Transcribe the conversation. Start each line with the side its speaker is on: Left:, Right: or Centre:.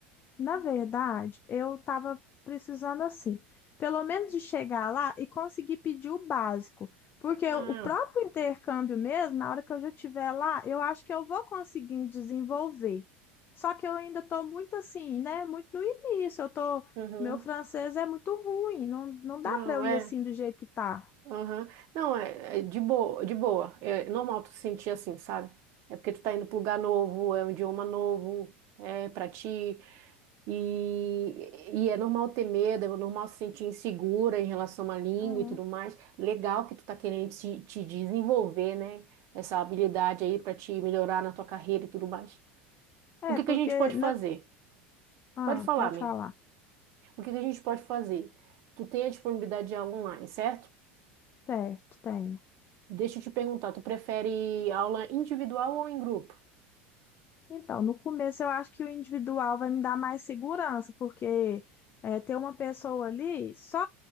Left: Na verdade, eu estava precisando assim, pelo menos de chegar lá e conseguir pedir o básico, porque
Right: Ah,
Left: o próprio intercâmbio mesmo, na hora que eu já estiver lá, eu acho que eu vou conseguindo desenvolver. Só que eu ainda estou muito assim, né? Muito no início, eu tô,
Right: uhum.
Left: meu francês é muito ruim, não, não dá
Right: Não,
Left: para eu ir
Right: é.
Left: assim do jeito que tá.
Right: uhum. Não, é, é de boa, de boa. É normal tu se sentir assim, sabe? É porque tu tá indo para lugar novo, é um idioma novo, é para ti. E, e é normal ter medo, é normal se sentir insegura em relação à língua
Left: Uhum.
Right: e tudo mais. Legal que tu tá querendo te, te desenvolver, né? Essa habilidade aí para te melhorar na tua carreira e tudo mais.
Left: É,
Right: O que
Left: porque
Right: que a gente pode
Left: na...
Right: fazer?
Left: Ah,
Right: Pode falar,
Left: pode
Right: amiga.
Left: falar.
Right: O que que a gente pode fazer? Tu tem a disponibilidade de aula online, certo?
Left: Certo, tenho.
Right: Deixa eu te perguntar, tu prefere aula individual ou em grupo?
Left: Então, no começo eu acho que o individual vai me dar mais segurança, porque é, ter uma pessoa ali só